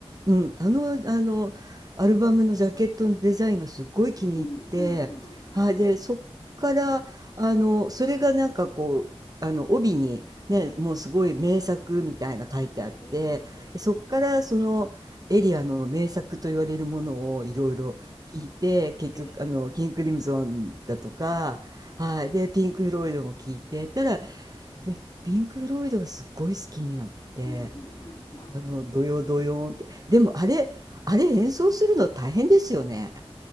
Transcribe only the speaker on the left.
うんうんうん。あれは、
うん、
はい。
ええ、ええ、ええ、ええ
はい、
ええ、
はい。
うんうんうん。なるほど。